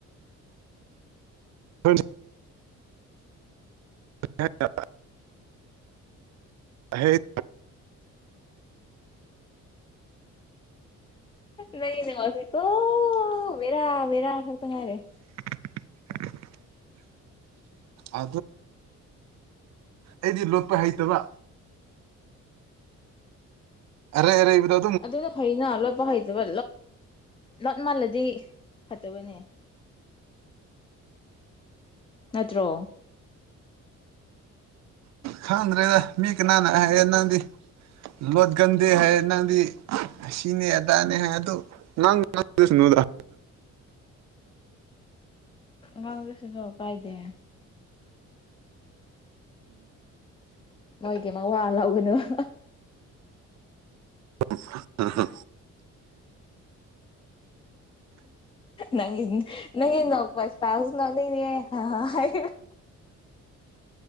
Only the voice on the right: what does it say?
ꯍꯣꯏ ꯍꯥ ꯍ
<unintelligible> ꯑ ꯑꯩꯗꯤ ꯂꯣꯠꯄ ꯍꯩꯇꯕ ꯑꯔꯦ ꯑꯔ ꯏꯕꯤꯔꯣ
ꯈꯥꯡꯗ꯭ꯔꯦꯗ ꯃꯤ ꯀꯅꯥꯅꯥ ꯍꯥꯏ ꯅꯪꯗꯤ ꯂꯠꯒꯟꯗ ꯍꯥꯏ ꯅꯅꯥꯪꯗꯤ ꯁꯤꯅꯦꯗꯥ ꯅ ꯍꯥꯏ ꯑꯗꯨꯣ ꯉꯪꯅꯗ
ꯍ ꯍ ꯍ